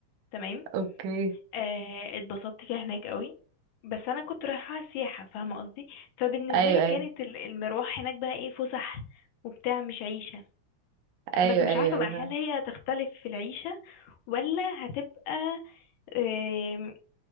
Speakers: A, on the left; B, on the right.
A: تمام
B: اوكي
A: آه اتبسطت فيها هناك قوي بس انا كنت رايحه سياحه فاهمه قصدي فبالنسبه
B: ايوه
A: لي كانت
B: ايوه
A: ال- المروح هناك بقى ايه فسح وبتاع مش عيشه
B: ايوه
A: بس مش
B: ايوه
A: عارفه
B: ايوه
A: بقى
B: فاهمة.
A: هل هي هتختلف في العيشه ولا هتبقى آه